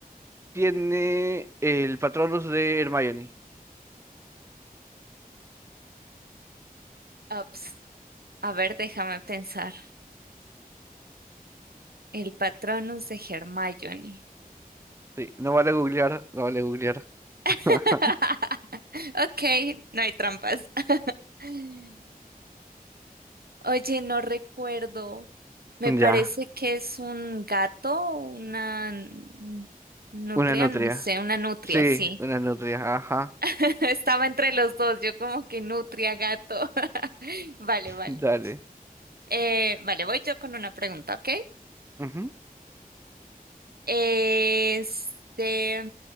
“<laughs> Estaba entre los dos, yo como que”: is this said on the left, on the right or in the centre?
Right